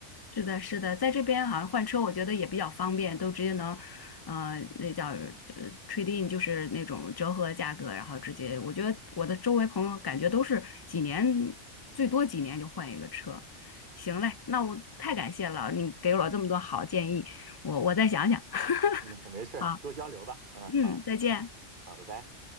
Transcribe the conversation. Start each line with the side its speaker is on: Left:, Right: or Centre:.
Left: 是的，是的，在这边好像换车，我觉得也比较方便，都直接能，呃，那叫呃 t r a d in，g 就是那种折合价格，然后直接，我觉得我的周围朋友感觉都是几年，最多几年就换一个车。行嘞，那我太感谢了，你给了我这么多好建议，
Right: 嗯，
Left: 我我再想想。<laughs>
Right: <laughs> 嗯，没事儿多交流吧。
Left: 好，
Right: 嗯，
Left: 嗯，
Right: 好，
Left: 再见。
Right: 好，拜拜。